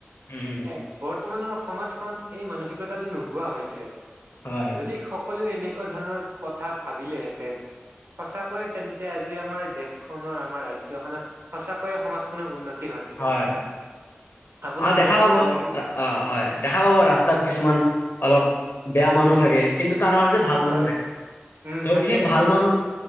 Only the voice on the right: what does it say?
এ বৰ বৰ্তমানৰ সমাজখনত এই মানসিকতাটো নোহোৱা হৈছে।
যদি সকলোৱে এনেক কুৱা ধৰণৰ কথা ভাবিলেহেঁতেন, সঁচাকৈয়েই তেন্তে আ জি আমাৰ দেশখনৰ, আমাৰ ৰাজ্যখনৰ, সঁচাকৈয়ে সমাজখনৰ উন্ন তি হ'লহেঁতেন।
আপোনাৰ
বৰ
ভাল লাগিল
হয়
উম
থাকে